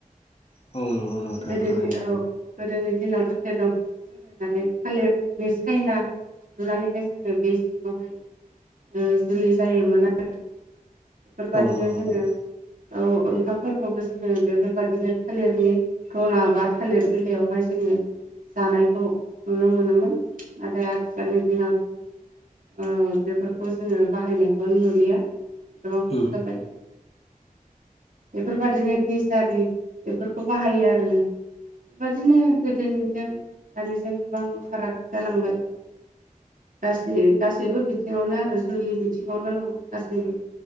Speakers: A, on the left; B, on the right.
A: औ नंगौ नोंथां
B: गोदोनि
A: थारैनो
B: औ गोदोनि दिनाव थालिर दं साजायनानै थालिरनि सायना लुनानैहाय जोङो बे सिङावहाय ओ जुलि जायोमोन आरो। बेफोरबायदिनो
A: औ नंगौ
B: जोङो
A: नोंथां
B: औ ओंखामफोरखौबो जोङो बेफोरबायदिनो थालिरनि दना बा थालिर बिलाइयावहाय जोङो जानायखौ नुनो मोनोमोन। नाथाय आथिखालनि दिनाव ओ बेफोरखौ जोङो बाहायनायखौनो नुलिया गोबां खम
A: उम
B: जाबाय। बेफोर बायदिनो दिस आरि बेफोरखौ बाहायो आरो नोंथां। बेबादिनो गोदोनिजों दानिजों गोबां फाराग जालांबाय। गासै गासैबो बिथिङावनो आरो जुलि बिथिङावल' नङा गासैबो